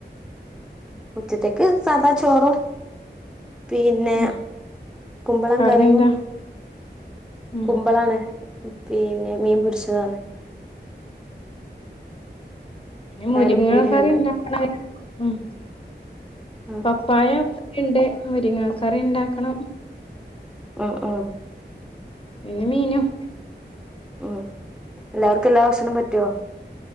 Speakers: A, in the centre; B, on the left.
A: ഉറ്റത്തേക്ക് സാദാ ചോറോ പിന്നെ
B: ഉം
A: കുമ്പളം
B: കറിയെന്താ
A: കറിയും
B: ഉം
A: കുമ്പളാണ് പിന്നെ മീൻപൊടിച്ചതാണ്
B: ഉ മുരിങ്ങുകളൊക്കറിണ്ട
A: പയറുപ്പേരിയുണ്ട്
B: ഉം
A: ഉം
B: പപ്പായ ഇണ്ട് മുരിങ്ങ കറി ഉണ്ടാക്കണം
A: ആഹ് ആ
B: പിന്നെ മീനും
A: ഉം എല്ലാവർക്കും എല്ലാ ഭക്ഷണവും പറ്റുവോ